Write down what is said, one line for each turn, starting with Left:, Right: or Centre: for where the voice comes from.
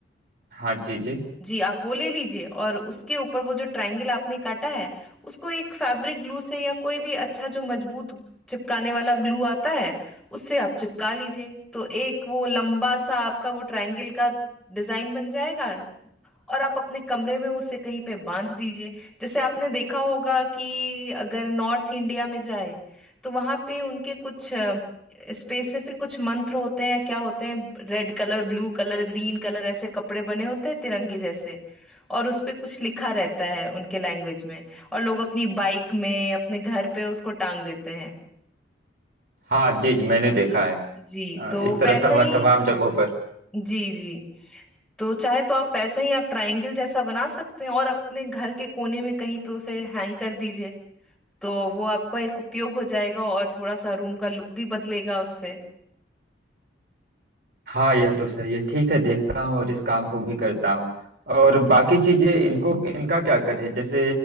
Right: हाँ जी जी
Centre: जी आप वो ले लीजिए और उसके ऊपर वो जो ट्रायंगल आपने काटा है उसको एक फैब्रिक ग्लू से या कोई भी अच्छा जो मजबूत चिपकाने वाला ग्लू आता है उससे आप चिपका लीजिए तो एक वो लंबा सा आपका वो ट्रायंगल का डिजाइन बन जाएगा और आप अपने कमरे में उसे कहीं पे बांध दीजिए जैसे आपने देखा होगा कि अगर नॉर्थ इंडिया में जाए तो वहां पे उनके कुछ स्पेसिफिक कुछ मंत्र होते हैं क्या होते हैं red colour blue colour green colour ऐसे कपड़े बने होते हैं तिरंगे जैसे और उस पे कुछ लिखा रहता है उनके लैंग्वेज में और लोग अपनी बाइक में अपने घर पे उसको टांग देते हैं
Right: हाँ जी जी मैंने देखा
Centre: जी
Right: है
Centre: जी
Right: अ,
Centre: तो
Right: इस तरह
Centre: वैसा
Right: तब
Centre: ही
Right: तमाम जगहों पर
Centre: जी जी तो चाहे तो आप वैसे ही आप ट्रायंगल जैसा बना सकते हैं और अपने घर के कोने में कहीं पे उसे हैंग कर दीजिए तो वो आपका एक उपयोग हो जाएगा और थोड़ा सा रूम का लुक भी बदलेगा उससे
Right: हाँ यह तो सही है ठीक है देखता हूँ और इस काम को भी करता हूँ और
Centre: जी
Right: बाकी चीजें इनको इनका क्या करें जैसे